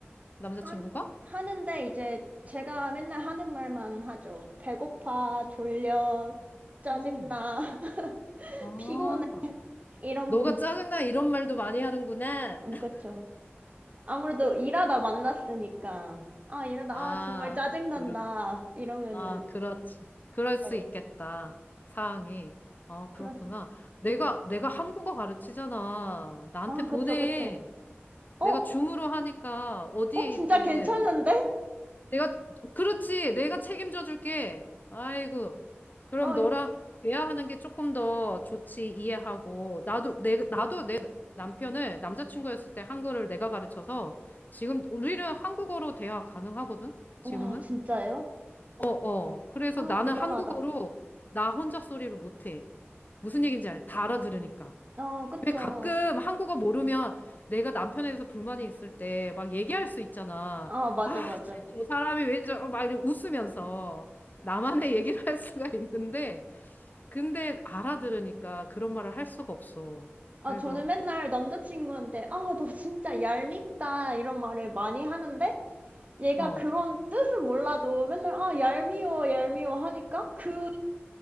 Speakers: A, on the left; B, on the right.
A: 남자친구가?
B: 하, 하는데 이제 제가 맨날 하는 말만 하죠. 배고파, 졸려, 짜증나,
A: 어.
B: <laughs>
A: 아,
B: 피곤해 이런
A: 너가
B: 거.
A: 짜증나 이런 말도 많이 하는구나.
B: 어,
A: <laughs>
B: 그쵸. 아무래도 일하다 만났으니까 아 이러다
A: 아,
B: 아 정말 짜증난다
A: 그렇
B: 이러면은
A: 아, 그렇지. 그럴 수
B: 네
A: 있겠다. 상황이. 어,
B: 그래서
A: 그렇구나. 내가,
B: 네.
A: 내가 한국어 가르치잖아. 나한테
B: 아
A: 보내.
B: 그쵸 그쵸.
A: 내가
B: 어? 어
A: 줌으로 하니까 어디에
B: 진짜
A: 있든.
B: 괜찮은데?
A: 내가, 그렇지. 내가 책임져 줄게. 아이고. 그럼
B: 아
A: 너랑
B: 이거
A: 대화하는 게 조금 더 좋지. 이해하고. 나도, 내, 나도 내 남편을 남자친구였을 때 한글을 내가 가르쳐서 지금 우리는 한국어로 대화 가능하거든?
B: 와
A: 지금은?
B: 진짜예요?
A: 어, 어. 그래서
B: 와
A: 나는
B: 대단하다.
A: 한국어로 나 혼자 소리를 못해. 무슨 얘기인지 알, 다 알아들으니까.
B: 아 그쵸.
A: 왜 가끔 한국어 모르면 내가 남편에 대해서 불만이 있을 때 막 얘기할 수 있잖아.
B: 아 맞아
A: 아,
B: 맞아.
A: 쟤저 사람이 왜 저러, 막 이러면 웃으면서 나만의 얘기를 할 수가 있는데, 근데 알아들으니까 그런 말을 할 수가 없어. 그래서,
B: 아, 저는 맨날 남자친구한테, 아, 너 진짜 얄밉다, 이런 말을 많이 하는데, 얘가
A: 어,
B: 그런 뜻은 몰라도 맨날, 아, 얄미워, 얄미워 하니까, 그,